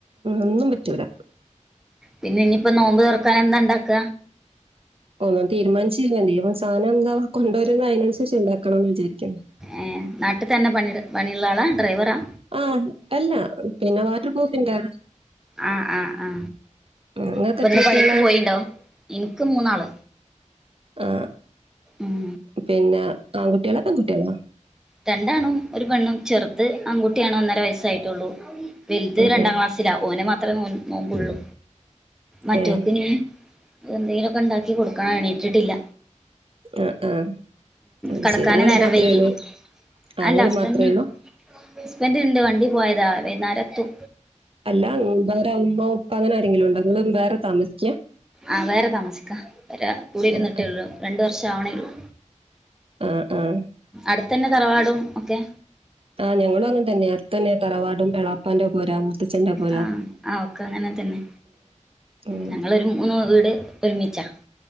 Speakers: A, on the right; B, in the centre.
A: ഒന്നും പറ്റൂല.
B: പിന്നെ ഇനിപ്പോ നോമ്പ് തൊറക്കാനെന്ത ണ്ടാക്ക?
A: ഒന്നും തീരുമാൻചീല്ല. <unintelligible> സാനംന്താ കൊണ്ടോരുമ്പോ അയ്നൻസര്ച്ച് ണ്ടാക്കണം ന്ന് വിചാരിക്കിണ്.
B: ഏഹ് നാട്ട് തന്നെ പണിട പണിള്ളാളാ, ഡ്രൈവറാ?
A: ആ അല്ല പിന്നെ വാട്ടർ പ്രൂഫ്ന്റാണ്
B: ആ ആ ആ
A: ഇങ്ങക്ക്
B: അപ്പൊന്ന്
A: എത്ര കുട്ടികളാ
B: പണിക്ക് പോയിണ്ടോ ൻക്ക് മൂന്നാള്
A: ആ
B: ഉം
A: പിന്നെ ആൺകുട്ട്യാളോ പെൺകുട്ട്യാളോ
B: രണ്ടാണും ഒരു പെണ്ണും ചെർത് ആൺകുട്ട്യാണ് ഒന്നര വയസ്സായിട്ടുള്ളൂ വെൽത്
A: ഉം
B: രണ്ടാം
A: ഉം
B: ക്ലാസ് ത്തില ഓന് മാത്രേ നോൽ നോമ്പുള്ളൂ മറ്റോക്ക്നി
A: ഏഹ്
B: എന്തേലൊക്കെണ്ടാക്കി കൊടുക്കണം എണീറ്റ്ട്ടില്ല
A: ആഹ് ആഹ് അത്
B: കടക്കാന്
A: ശരി ഇങ്ങള്
B: നേരം
A: മാത്രേ
B: വെയ്ക്യോ
A: ഉള്ളൂ ആഹ്
B: അല്ല
A: ഇങ്ങള്
B: ഹസ്ബന്റ്
A: മാത്രേ ഉള്ളൂ
B: ഹസ്ബന്റ്ണ്ട് വണ്ടി പോയതാ വെയ്നാരെത്തും
A: അല്ല വേറെ ഉമ്മാ ഉപ്പ അങ്ങനാരെങ്കിലുണ്ടോ ങ്ങള് വേറെ താമസിക്യ
B: ആ വേറെ താമസിക്ക രാ കുടി ഇര്ന്നിട്ടേള്ളു
A: ആഹ് ആഹ്
B: രണ്ട് വർഷാവ്ണേള്ളൂ
A: ആഹ് ആഹ്
B: അട്ത്തെന്നെ തറവാടും ഒക്കെ
A: ആ ഞങ്ങളും അങ്ങെൻത്തെന്നെ അട്തെന്നെ തറവാടും എളാപ്പാന്റെ പൊര മൂത്തച്ഛന്റെ പൊരാ
B: ആ ആ ഒക്കെ അങ്ങനെത്തെന്നെ
A: ഉം
B: ഞങ്ങളൊരു മൂന്ന് വീട് ഒരുമിച്ചാ